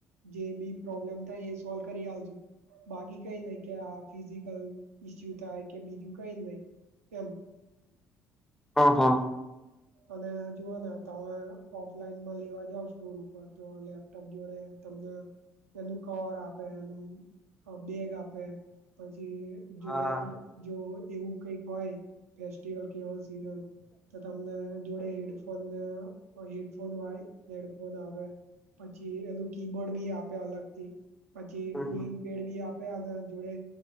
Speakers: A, on the right; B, in the centre.
A: જે બી પ્રોબ્લેમ થાય એ સોલ કરી આપીશું બાકી કઈ નહીં <unintelligible> ઈસ્યુ થાય કે બીજું કઈ નહી એમ
B: હ હા.
A: અને જુઓ ને તમે ઓફલાઈનમાં લેવા જાવ સ્ટોર ઉપર તો લેપ <unintelligible> જોડે તમને એનું કવર આપે એનું અ બેગ આપે પછી જોડે
B: હા
A: જો એવું કઈક હોય ફેસ્ટિવલ કે એવો સીઝન તો તમને જોડે હેડફોન અ હેડફોન હોય હેડફોન આવે. પછી એનું કીબોર્ડ બી આપે અલગ થી પછી
B: હમ
A: કુલિંગ પેડ ભી આપે અને જોડે